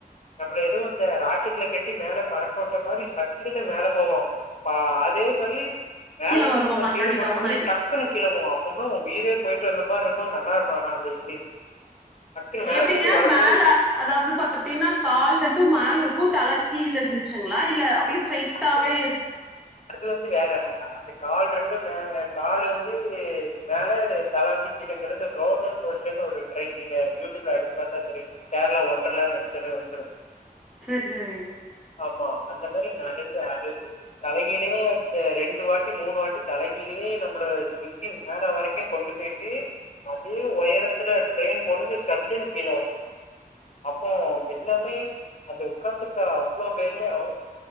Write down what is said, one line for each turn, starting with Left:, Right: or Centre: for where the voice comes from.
Left: நம்மள எதோ இந்த ராக்கெட்ல கட்டி மேல பறக்கோட்ட மாரி சல்லுனு மேல போவோ பா அதே மாரி மேல
Centre: கீழ
Left: இருந்து
Centre: வருவோம்
Left: நம்மல
Centre: மறுபடி
Left: கீழ போட்ட
Centre: டவுன்
Left: மாரி
Centre: ஆயி
Left: டக் டக்குன்னு கீழ போகு அப்ப எதோ உயிரே போயிட்டு வந்த மார் இருக்கு நல்லா இருக்கு ஆனா அந்த இது டக்குன்னு மேல
Centre: எப்படிங்க
Left: போயிட்டு வரும்போது
Centre: மேல அதாவுது பா த்தீனா கால் ரெண்டு மேல் இருக்கு தல கீழ இருந்துச்சுங்ளா இல்ல அப்டி ஸ்ட்ரைட்டாவே
Left: அது அது வந்து வேற அந்த அந்த கால் ரெண்டு மேல கால் வந்து மேல தல வந்து கிடுங்கறது ரோலோர் கோஸ்டர்னு ஒரு ட்ரெயின் நீங்க யூடியூப்ல அடிச்சி பாத்தா தெரியும் கேர்ளா ஒன்டர்லா னு அடிச்சாலே வந்துரு
Centre: சேர் செரி
Left: ஆமா அந்த மாரி நறையா அது வந்து தலகீழே அந்த ரெண்டு வாட்டி மூணு வாட்டி தலகீழே நம்ள யே மேல வரைக்கு கொண்டு போயிட்டு அதே உயரத்துல ட்ரெயின் போனது சல்லுன்னு கீழ வ அப்போ எல்லாமே அந்த உட்கார்ந்துருக்கா அவ்ளோ பேருமே ஓ